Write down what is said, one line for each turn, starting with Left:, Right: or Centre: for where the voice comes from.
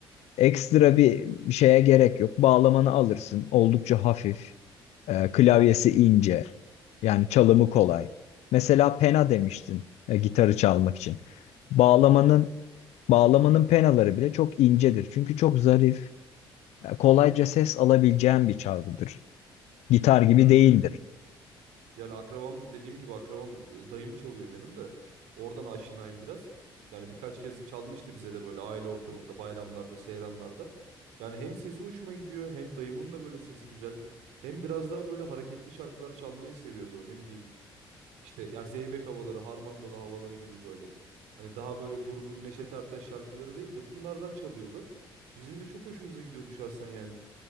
Left: ekstra bir şeye gerek yok. Bağlamanı alırsın. Oldukça hafif. E, klavyesi ince. Yani çalımı kolay. Mesela pena demiştin e, gitarı çalmak için. Bağlamanın
Right: Hı hı.
Left: bağlamanın penaları bile çok incedir. Çünkü çok zarif, e, kolayca ses alabileceğin bir çalgıdır. Gitar gibi
Right: Evet
Left: değildir.
Right: evet. Yani akrabam dediğim gibi akrabam e, dayım çalıyor benim de. Oradan aşinayım biraz. Yani birkaç kez çalmıştı bize de böyle aile ortamında, bayramlarda, seyranlarda. Yani hem sesi hoşuma gidiyor hem dayımın da böyle sesi güzel. Hem biraz daha böyle hareketli şarkılar çalmayı seviyordu. o, Ne bileyim. İşte ya Zeybek havaları, Harmandalı havaları gibi böyle. Hani daha böyle durgun Neşet Ertaş şarkıları değil de bunlardan çalıyordu. Bizim de çok hoşumuza gidiyordu şahsen yani.